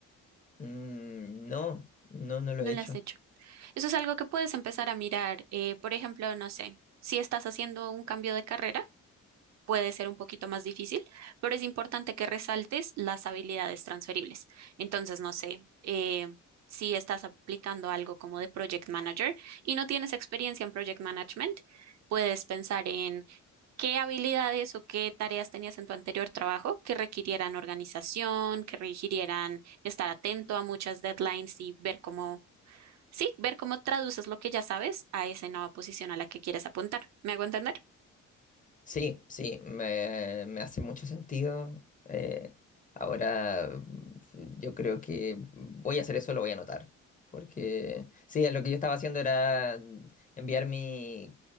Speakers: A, on the left; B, on the right.
A: Mm, no, no, no lo
B: No
A: he hecho.
B: lo has hecho. Eso es algo que puedes empezar a mirar. eh, por ejemplo, no sé, si estás haciendo un cambio de carrera, puede ser un poquito más difícil, pero es importante que resaltes las habilidades transferibles. Entonces, no sé, eh, si estás aplicando algo como de project manager y no tienes experiencia en project management, puedes pensar en ¿Qué habilidades o qué tareas tenías en tu anterior trabajo que requirieran organización, que requirieran estar atento a muchas deadlines y ver cómo, sí, ver cómo traduces lo que ya sabes a esa nueva posición a la que quieres apuntar? ¿Me hago entender?
A: Sí, sí, me, me hace mucho sentido. Eh, ahora mm, yo creo que voy a hacer eso, lo voy a anotar. Porque sí, lo que yo estaba haciendo era enviar mi